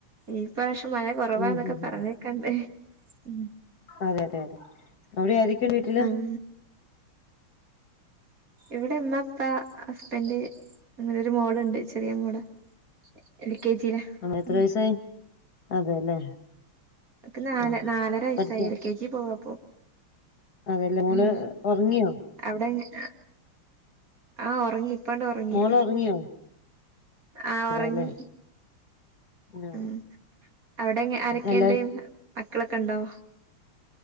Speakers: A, on the right (about 40°); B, on the left (about 50°).
A: ഈ പ്രാ മഴ കുറവാന്നൊക്കെ
B: ഉം ഉം
A: പറഞ്ഞേക്കണ്ടേ
B: ഉം
A: ഉം
B: അതെ അതെ അതെ അവിടെ ആരൊക്കെയുണ്ട് വീട്ടില്
A: ഉം ഇവിടെ അമ്മ അപ്പ ഹസ്ബൻഡ് അങ്ങനെ ഒരു മോളുണ്ട് ചെറിയ മോള എൽ കെ ജില്
B: ആണോ എത്ര
A: ഉം
B: വയസായി അതെല്ലേ
A: അവൾക്ക് നാല്
B: ഉം
A: നാലര വയസ്സായി
B: പഠിക്ക
A: എൽ കെ ജി പോവുന്നിപ്പോ
B: അതെല്ലേ മോള്
A: ഉം
B: ഉറങ്ങിയോ
A: അവിടെ എ ആ ഉറങ്ങി ഇപ്പ അങ്ങണ്ട് ഉറങ്ങി
B: മോള് ഉറങ്ങിയോ
A: ആ ഉറങ്ങി
B: അതെല്ലേ ആ
A: ഉം അവിടെ ആരൊക്കെയുണ്ട്
B: എല്ലാരും
A: മക്കളൊക്കെ ഉണ്ടോ